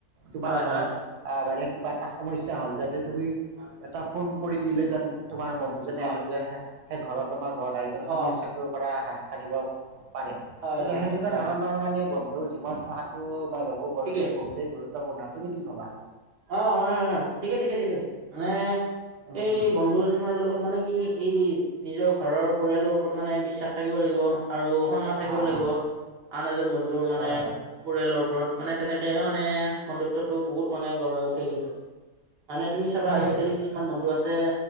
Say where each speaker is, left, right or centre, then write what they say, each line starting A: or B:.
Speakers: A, on the right; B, on the right.
A: তোমাৰ
B: হয়
A: ঘৰত
B: হয়
A: আহ মানে কিবা এটা সমস্যা হ'ল যাতে তুমি
B: হয়
A: এটা ফোন কৰি দিলে জান তোমাৰ বন্ধুজনী
B: হয়
A: আহি যে সেই ঘৰত তোমাৰ ঘ দাইজ সমস্যাটোৰ
B: অ
A: পৰা হাত সাৰিব পাৰে
B: হয়
A: গতিকে
B: হয়
A: সেনেকুৱা
B: হয় হয়
A: ধৰণৰ
B: হয়
A: মানে বন্ধু জীৱনত থকাতটো মই বাবো বহুতেই
B: ঠিকে
A: গুৰুত্বপূৰ্ণ তুমি কি ভবা?
B: অ হয় হয় হয় ঠিকে ঠিকে ঠিকে মানে
A: উম
B: এই
A: উম
B: বন্ধু এজনৰ লগত মানে কি ই নিজৰ ঘৰৰ পৰিয়ালৰ ওপৰত মানে বিশ্বাস থাকিব লাগিব আৰু সন্মান থাকিব
A: অ
B: লাগিব,
A: অ
B: আন এজন বন্ধুৰ মানে
A: হয়
B: পৰিয়ালৰ ওপৰত মানে তেনেকেহে মানে বন্ধুত্বতটো বহুত মানে গঢ়ি কিন্তু মানে তুমি চাবা
A: হয়
B: আজিকালি
A: হয় হয়।
B: কিছুমান বন্ধু আছে